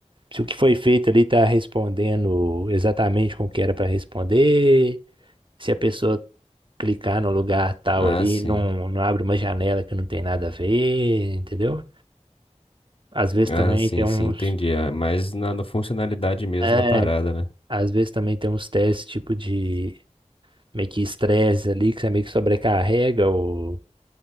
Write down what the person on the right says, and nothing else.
se o que foi feito ali tá respondendo exatamente com o que era para responder, se a pessoa clicar no lugar tal
ali,
não não abre uma janela que não tem nada a ver, entendeu? Às vezes
também
tem uns
é,
às vezes também tem uns testes tipo de meio que estresse ali que você meio que sobrecarrega o